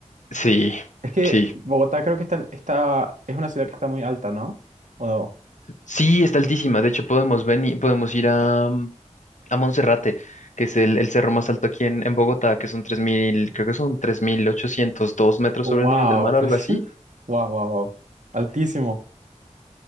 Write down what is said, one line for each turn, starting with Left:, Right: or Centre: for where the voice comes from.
Left: sí,
Right: Es que
Left: sí.
Right: Bogotá creo que está, está, es una ciudad que está muy alta, ¿no? ¿O no?
Left: Sí, está altísima. De hecho, podemos venir, podemos ir a, a Monserrate, que es el, el cerro más alto aquí en, en Bogotá, que son 3.000 creo que son 3.802 metros
Right: Wow,
Left: sobre el nivel del mar o
Right: <laughs>
Left: algo así.
Right: wow, wow, wow. <laughs> Altísimo.